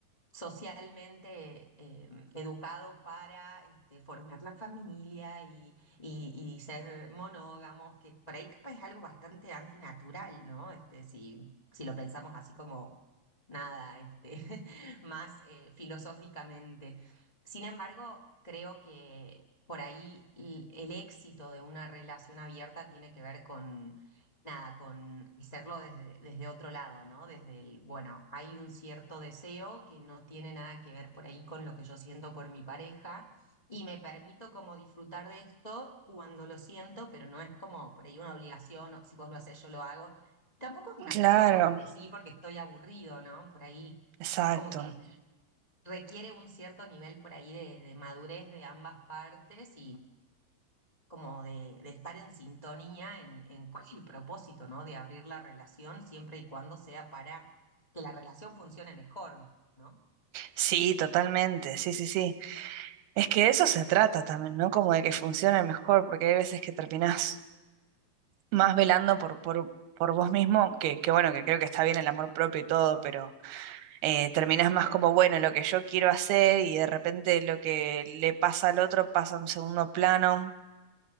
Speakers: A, on the left; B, on the right.
A: socialmente eh, educados para este, formar la familia y, y- y ser monógamos, que por ahí capaz es algo bastante antinatural, ¿no? Este, si, si lo pensamos así como nada, este, <laughs> más eh, filosóficamente. Sin embargo, creo que por ahí l- el éxito de una relación abierta tiene que ver con nada, con hacerlo desde, desde otro lado, ¿no? Desde el, bueno, hay un cierto deseo que no tiene nada que ver por ahí con lo que yo siento por mi pareja y me permito como disfrutar de esto cuando lo siento, pero no es como por ahí una obligación, o si vos lo hacés, yo lo hago. Tampoco es un hacerlo
B: Claro,
A: porque sí, porque estoy aburrido, ¿no? Por ahí
B: exacto.
A: como que requiere un cierto nivel por ahí de, de madurez de ambas partes como de, de estar en sintonía en, en cuál es el propósito, ¿no? De abrir la relación siempre y cuando sea para que la relación funcione mejor, ¿no?
B: Sí, totalmente, sí, sí, sí. Es que de eso se trata también, ¿no? Como de que funcione mejor, porque hay veces que terminás. más velando por, por, por vos mismo, que, que bueno, que creo que está bien el amor propio y todo, pero eh, terminás más como, bueno, lo que yo quiero hacer y de repente lo que le pasa al otro pasa a un segundo plano.